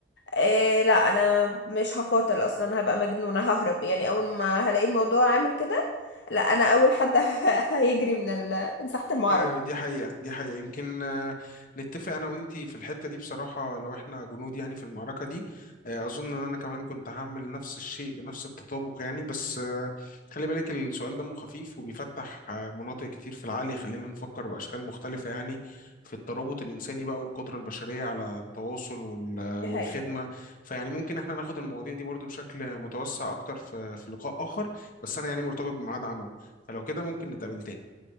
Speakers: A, on the left (about 70°); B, on the left (about 50°).
A: آه لا أنا مش هقاتل أصلا هبقى مجنونة ههرب يعني أول ما هلاقي الموضوع عامل كده لا أنا أول حد <laughs> هيجري من ال... من ساحة المعركة
B: ايوه دي حقيقة دي حقيقة يمكن آه، نتفق انا وانتي في الحتة دي بصراحة لو احنا جنود يعني في المعركة دي آه، اظن ان انا كمان كنت هعمل نفس الشيء بنفس التطابق يعني بس آه، خلي بالك السؤال دمه خفيف وبيفتح آه، مناطق كتير في العقل يخلينا نفكر باشكال مختلفة يعني في الترابط الانساني بقى والقدرة البشرية على التواصل وال- آه،
A: دي
B: والخدمة
A: حقيقة
B: فيعني ممكن احنا ناخد المواضيع دي برضو بشكل متوسع اكتر في في لقاء اخر بس انا يعني مرتبط بميعاد عمل فلو كده ممكن نتقابل تاني